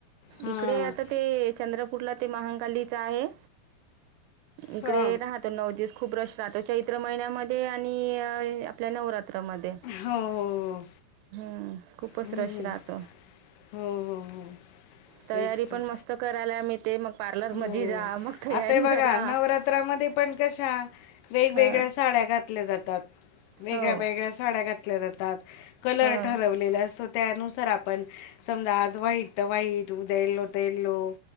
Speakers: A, on the left; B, on the right.
A: हां
B: इकडे आता ते चंद्रपूरला ते महांकालीच आहे. इकडे
A: हा
B: राहत तर नऊ दिवस खूप रश राहतं, चैत्र महिन्यामध्ये आणि आपल्या नवरात त्र मधे,,
A: हो हो हो
B: हम्म खूपच
A: हम्म.
B: रश राहतं.
A: हो हो हो.
B: तयारी
A: तेच तर
B: पण मस्त करायला मीळते मग पार्लर
A: हो
B: मधी जा मग तयारी
A: आता हे बघा
B: करा.
A: नवरात्रामध्ये पण कशा वेगवेगळ्या
B: हां
A: साड्या घातल्या जातात. वेगळ्या
B: हो
A: वेगळ्या साड्या घातल्या जातात, कलर
B: हो
A: ठरवलेल्या अस त्यानुसार आपण, समजा आज वाईट तर वाईट उद्या येलो तर येल्लो,